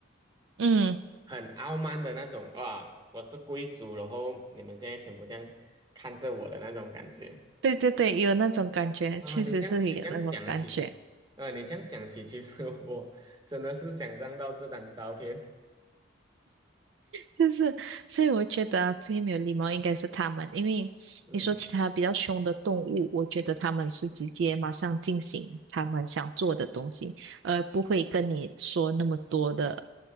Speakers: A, on the right; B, on the right.
A: 嗯，
B: 很傲慢的那种，哇，我是贵族，然后你们现在全部这样看着我的那种感觉。
A: 对对对，有那种感觉，
B: <laughs> 啊，
A: 确实是会有那种感觉。
B: 你这样你这样讲起，呃，你这样讲起，其实 <laughs> 我真的是想象到这张照片，
A: 就是，所以我觉得啊最没有礼貌应该是他们，因为你说其他比较凶的动物，
B: 嗯
A: 我觉得他们是直接马上进行他们想做的东西，而不会跟你说那么多的。